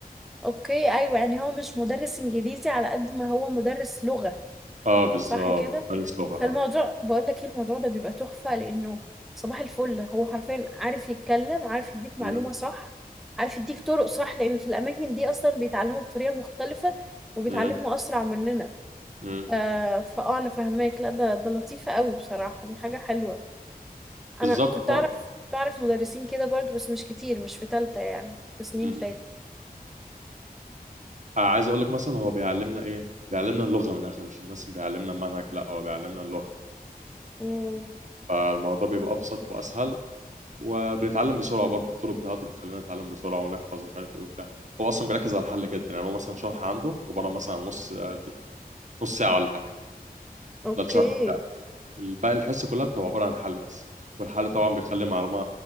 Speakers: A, in the centre; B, on the right.
A: اوكي ايوه يعني هو مش مدرس انجليزي على قد ما هو مدرس لغة
B: اه بالظبط
A: صح كده
B: مدرس لغه
A: فالموضوع
B: اه
A: بقول لك ايه الموضوع ده بيبقى تحفة لانه صباح الفل هو حرفيا عارف يتكلم عارف يديك معلومة
B: مم،
A: صح عارف يديك طرق صح لان في الاماكن دي اصلا بيتعلموا بطريقة مختلفة وبيتعلموا
B: مم،
A: اسرع مننا
B: مم.
A: ف... فاه انا فاهماك لا ده ده لطيفة قوي بصراحة دي حاجة حلوة
B: بالظبط
A: انا كنت
B: هو-
A: اعرف كنت اعرف مدرسين كده برضو بس مش كتير مش في تالتة يعني في سنين
B: مم.
A: فاتت
B: آه، عايز اقول لك مثلا هو بيعلمنا ايه بيعلمنا اللغه من الاخر مش بس بيعلمنا المنهج لا هو بيعلمنا اللغه
A: امم
B: فالموضوع بيبقى ابسط واسهل وبنتعلم بسرعه برضه الطرق بتاعته بتخلينا نتعلم بسرعه ونحفظ ومش عارف ايه وبتاع هو اصلا بيركز على الحل جدا يعني هو مثلا شرح عنده عباره مثلا نص آه، دي- نص ساعه ولا حاجه
A: اوكي
B: ده الشرح بتاعه الباقي الحصه كلها بتبقى عباره عن حل بس والحل طبعا بيخلي معلومه